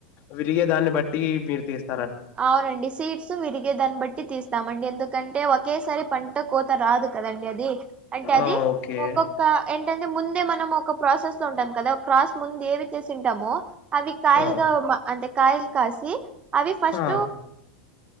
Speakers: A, on the left; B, on the right.
A: విరిగే దాన్ని బట్టి మీరు తీస్త
B: అవునండి సీట్స్ విరిగే దాన్ని బట్టి తీస్తామండి ఎందుకు కంటే ఒకేసారి పంట కోత రాదు కదండి అది అంటే అది
A: ఆ! ఓకే.
B: ఒక్కొక్క ఏంట ముందే మనం ఒక ప్రాసెస్ తో ఉంటాం కదా క్రాస్ ముందు ఏవి చేసింటామో అవి కాయలుగా
A: ఆ!
B: అంటే కాయలు కాసి అవి ఫస్ట్
A: ఆ